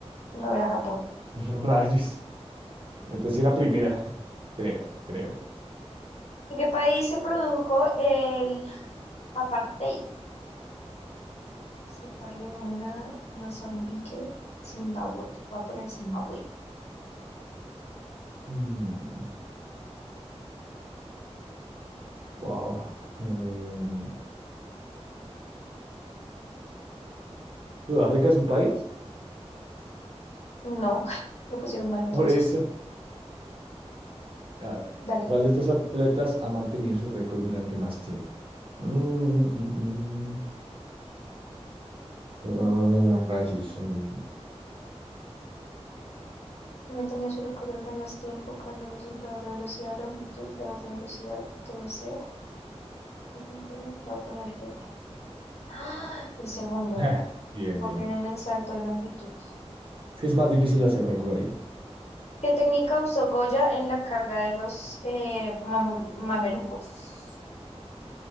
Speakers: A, on the left; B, on the right.
A: No era Japón.
B: <laughs> Rayos. Entonces era primera. <laughs> Creo, creo.
A: ¿En qué país se produjo el Apartheid, Sierra Leona, Mozambique, Zimbabue. Voy a poner Zimbabue.
B: Mm, wow. Em, ¿Sudáfrica es un país?
A: No, <laughs> lo pusieron mal entonces.
B: Por eso. A ver,
A: Dale.
B: ¿cuál de estos atletas ha mantenido su récord durante más tiempo? Mm, mm, mm. Ah, rayos. mm.
A: No Mantenía su récord durante más tiempo con la en pruebas de velocidad, longitud, pruebas de velocidad, debe ser. Voy a poner el primero. ¡Ah! El segundo.
B: <laughs> Bien,
A: Voy
B: bien.
A: a poner el salto de longitud.
B: Es que es más difícil hacer récord ahí.
A: ¿Qué técnica usó Goya en la carga de los eh, mamu- mamelucos?